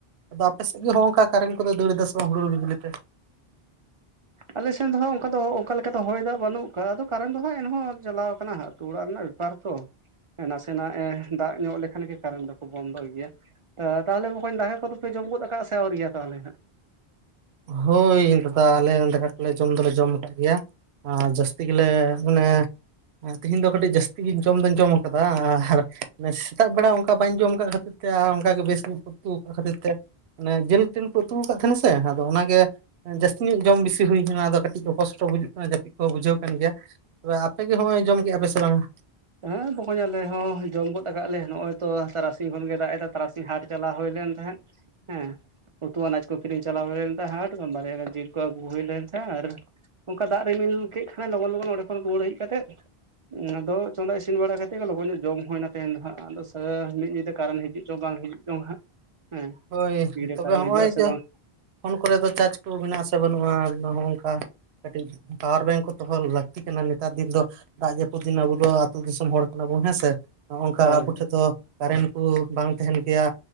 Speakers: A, on the right; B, on the right.
A: ᱟᱫᱚ ᱟᱯᱮ ᱥᱮᱜ ᱜᱮ ᱦᱚᱜᱼᱚᱝᱠᱟ ᱠᱟᱨᱮᱱ ᱠᱚᱫᱚᱭ ᱫᱟᱹᱲ ᱮᱫᱟ ᱥᱮ ᱵᱟᱝ ᱦᱩᱲᱩᱨ ᱵᱤᱡᱽᱞᱤ ᱛᱮ
B: ᱟᱞᱮᱥᱮᱱ ᱫᱚ ᱦᱟᱸᱜ ᱚᱝᱠᱟ ᱫᱚ ᱚᱱᱠᱟ ᱞᱮᱠᱟ ᱫᱚ ᱦᱚᱭ ᱫᱟᱜ ᱵᱟᱹᱱᱩᱜ ᱠᱟᱜ ᱟᱫᱚ ᱠᱟᱨᱮᱱ ᱫᱚ ᱦᱟᱸᱜ ᱮᱱᱦᱚᱸ ᱪᱟᱞᱟᱣ ᱠᱟᱱᱟ ᱟᱹᱛᱩ ᱚᱲᱟᱜ ᱨᱮᱱᱟᱜ ᱵᱮᱯ ᱵᱮᱯᱟᱨ ᱛᱚ ᱱᱟᱥᱮᱱᱟᱜᱼᱮ ᱫᱟᱜ ᱧᱚᱜ ᱞᱮᱠᱷᱟᱱ ᱜᱮ ᱠᱟᱨᱮᱱ ᱫᱚᱠᱚ ᱵᱚᱱᱫᱚᱭ ᱜᱮᱭᱟ᱾ ᱛᱟ ᱛᱟᱦᱟᱞᱮ ᱵᱟᱠᱚᱧ ᱫᱟᱠᱟ ᱠᱚᱫᱚᱯᱮ ᱡᱚᱢ ᱜᱚᱫ ᱟᱠᱟᱜ ᱥᱮ ᱟᱹᱣᱨᱤᱭᱟ ᱛᱟᱦᱟᱞᱮ ᱠᱷᱟᱱ?
A: ᱦᱳᱭ ᱫᱟᱫᱟ ᱟᱞᱮ ᱦᱚᱸ ᱫᱟᱠᱟ ᱠᱚᱞᱮ ᱡᱚᱢ ᱫᱚᱞᱮ ᱡᱚᱢ ᱟᱠᱟᱜ ᱜᱮᱭᱟ᱾ ᱟᱨ ᱡᱟᱹᱥᱛᱤ ᱜᱮᱞᱮ ᱚᱱᱮ ᱟᱨ ᱛᱤᱦᱤᱧ ᱫᱚ ᱠᱟᱹᱴᱤᱡ ᱡᱟᱹᱥᱛᱤ ᱜᱤᱧ ᱡᱚᱢ ᱫᱚᱧ ᱡᱚᱢ ᱠᱟᱫᱟ ᱟᱨ ᱥᱮᱛᱟᱜ ᱵᱮᱲᱟ ᱚᱝᱠᱟ ᱵᱟᱹᱧ ᱡᱚᱢ ᱟᱠᱟᱜ ᱠᱷᱟᱹᱛᱤᱨ᱾ ᱛᱮ ᱟᱨ ᱚᱝᱠᱟ ᱜᱮ ᱵᱮᱥ ᱟᱜ ᱧᱜ ᱠᱚ ᱩᱛᱩ ᱟᱠᱟᱜ ᱠᱷᱟᱹᱛᱤᱨ ᱛᱮ ᱢᱟᱱᱮ ᱡᱮᱞ ᱴᱮᱞ ᱠᱚ ᱩᱛᱩ ᱟᱠᱟᱜ ᱛᱟᱦᱮᱱᱟ ᱥᱮ ᱚᱱᱟᱜᱮ ᱡᱟᱹᱥᱛᱤ ᱧᱚᱜ ᱡᱚᱢ ᱵᱤᱥᱤ ᱛᱤ ᱦᱩᱭᱠᱟᱱᱟ ᱫᱚ ᱠᱟᱹᱴᱤᱡ ᱚᱯᱚᱥᱚᱴᱚ ᱵᱩᱡᱩᱜ ᱠᱟᱱᱟ ᱡᱟᱯᱤᱜ ᱠᱚᱦᱚ ᱵᱩᱡᱷᱟᱹᱣ ᱠᱟᱱ ᱜᱮᱭᱟ ᱛᱚᱵᱮ ᱟᱯᱮᱜᱮ ᱦᱚᱸᱜᱼᱚᱭ ᱡᱚᱢ ᱠᱮᱜᱼᱟ ᱯᱮ ᱥᱮ ᱵᱟᱝᱟ?
B: ᱦᱮᱸ ᱵᱚᱠᱚᱧ ᱟᱞᱮ ᱦᱚᱸ ᱡᱚᱢ ᱜᱚᱫ ᱟᱠᱟᱜ ᱞᱮ ᱱᱚᱜᱼᱚᱭ ᱛᱚ ᱛᱟᱨᱟᱥᱤᱧ ᱠᱷᱚᱱᱜᱮ ᱫᱟᱜ ᱮᱫᱟ ᱛᱟᱨᱟᱥᱤᱧ ᱦᱟᱴ ᱪᱟᱞᱟᱣ ᱦᱳᱭ ᱞᱮᱱ ᱛᱟᱦᱮᱸᱫ᱾ ᱦᱮᱸ ᱩᱛᱩ ᱟᱱᱟᱡ ᱠᱚ ᱠᱤᱨᱤᱧ ᱪᱟᱞᱟᱣ ᱦᱳᱭ ᱞᱮᱱ ᱛᱟᱦᱮᱸᱫ ᱦᱟᱴ ᱵᱟᱨᱭᱟ ᱜᱟᱱ ᱡᱤᱞ ᱠᱚ ᱟᱹᱜᱩ ᱦᱳᱭ ᱞᱮᱱ ᱛᱟᱦᱮᱸ ᱟᱨ ᱚᱝᱠᱟ ᱫᱟᱜ ᱨᱤᱢᱤᱞ ᱠᱮᱜ ᱠᱷᱟᱱᱮ ᱞᱚᱜᱚᱱ ᱞᱚᱜᱚᱱ ᱚᱸᱰᱮ ᱠᱷᱚᱱ ᱨᱩᱣᱟᱹᱲ ᱦᱮᱡ ᱠᱟᱛᱮᱫ ᱟᱫᱚ ᱪᱚᱸᱫᱟ ᱤᱥᱤᱱ ᱵᱟᱲᱟ ᱠᱟᱛᱮᱜ ᱜᱮ ᱞᱚᱜᱚᱱ ᱧᱚᱜ ᱡᱚᱢ ᱦᱳᱭᱱᱟ ᱛᱮᱦᱮᱱ ᱫᱚ ᱦᱟᱸᱜ ᱟᱫᱚ ᱥᱟᱹ ᱢᱤᱫ ᱧᱤᱫᱟᱹ ᱠᱟᱨᱮᱱ ᱦᱤᱡᱩᱜ ᱪᱚ ᱵᱟᱝ ᱦᱤᱡᱩᱜ ᱪᱚᱝ ᱦᱟᱸᱜ᱾ ᱦᱮᱸ
A: ᱦᱳᱭ
B: ᱛᱤᱨᱮ
A: ᱛᱚᱵᱮ
B: ᱠᱟᱨᱮᱱ
A: ᱦᱚᱸᱜᱼᱚᱭ
B: ᱦᱤᱡᱩᱜ ᱟᱥᱮ
A: ᱡᱮ
B: ᱵᱟᱝ
A: ᱯᱷᱳᱱ ᱠᱚᱨᱮ ᱫᱚ ᱪᱟᱡ ᱠᱚ ᱢᱮᱱᱟᱜ ᱟᱥᱮ ᱵᱟᱹᱱᱩᱜᱼᱟ ᱱᱚᱦᱚᱝᱠᱟ ᱠᱟᱹᱴᱤᱡ ᱯᱟᱣᱟᱨ ᱵᱮᱝᱠ ᱠᱚ ᱫᱚᱦᱚ ᱞᱟᱹᱠᱛᱤ ᱠᱟᱱᱟ ᱱᱮᱛᱟᱨ ᱫᱤᱱ ᱫᱚ᱾ ᱫᱟᱜ ᱡᱟᱹᱯᱩᱫ ᱫᱤᱱ ᱟᱵᱚ ᱫᱚ ᱟᱹᱛᱩ ᱫᱤᱥᱚᱢ ᱦᱚᱲ ᱠᱟᱱᱟ ᱵᱚᱱ ᱦᱮᱸ ᱥᱮ᱾ ᱦᱚᱜᱼᱚᱝᱠᱟ
B: ᱦᱳᱭ
A: ᱟᱵᱚ ᱴᱷᱮᱡ ᱫᱚ ᱠᱟᱨᱮᱱ ᱠᱚ ᱵᱟᱝ ᱛᱟᱦᱮᱱ ᱜᱮᱭᱟ